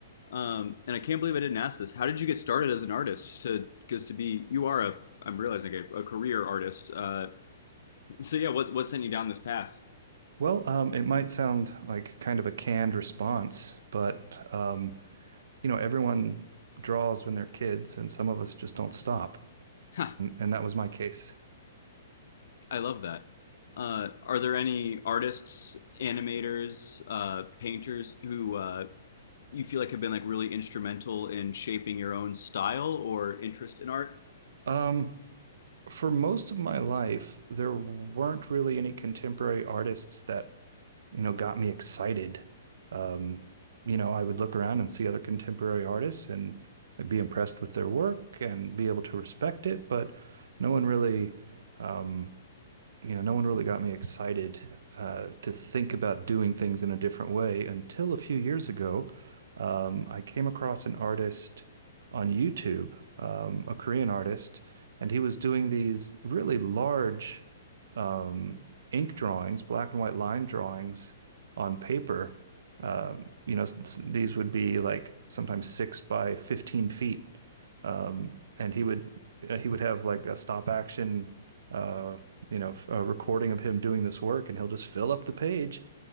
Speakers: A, on the left (about 70°); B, on the right (about 75°).
A: Um, and I can't believe I didn't ask this. How did you get started as an artist? To because to be you are a I'm realizing a, a career artist. Uh, <laughs> so yeah, what's what sent you down this path?
B: Well, um, it might sound like kind of a canned response, but um, you know, everyone draws when they're kids, and some of us just don't stop.
A: Huh,
B: And, and that was my case.
A: I love that. Uh, are there any artists, animators, uh, painters who uh, you feel like have been like really instrumental in shaping your own style or interest in art?
B: Um, for most of my life, there weren't really any contemporary artists that, you know, got me excited. Um, you know, I would look around and see other contemporary artists and I'd be impressed with their work and be able to respect it, but no one really, um, you know, no one really got me excited uh, to think about doing things in a different way until a few years ago. Um, I came across an artist on YouTube, um, a Korean artist, and he was doing these really large um, ink drawings, black and white line drawings on paper. Um, you know, s- these would be like sometimes six by 15 feet. Um, and he would, uh, he would have like a stop action uh, you know, a recording of him doing this work, and he'll just fill up the page.